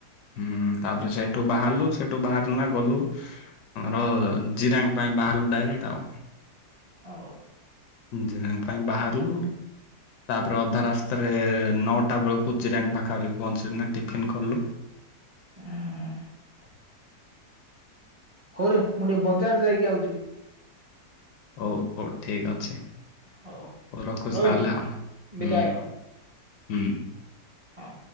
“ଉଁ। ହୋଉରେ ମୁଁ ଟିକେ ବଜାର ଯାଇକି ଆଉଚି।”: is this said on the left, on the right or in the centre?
Right